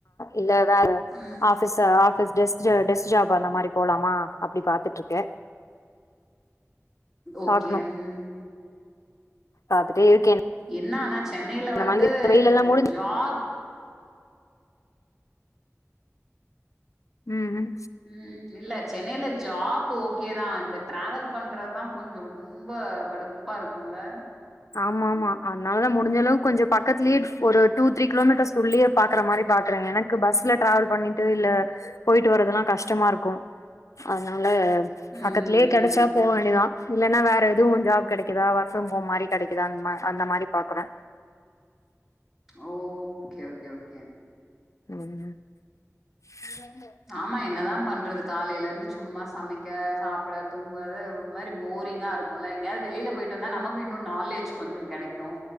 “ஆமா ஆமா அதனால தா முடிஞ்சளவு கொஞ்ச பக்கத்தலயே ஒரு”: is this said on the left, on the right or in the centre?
Left